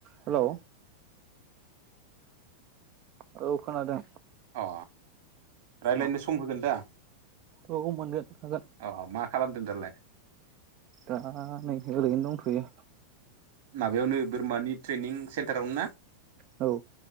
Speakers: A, on the right; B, on the right.
A: Hello औ खोनादों
B: अ रायज्लायनो
A: औ
B: सम होगोन दा
A: अबो मोनगोन हागोन
B: अ मा खालामदों दालाय?
A: दा नै ओरैनो दंथ'यो
B: माबायावनो बोरमानि ट्रेनिं सेन्टारावनो ना?
A: औ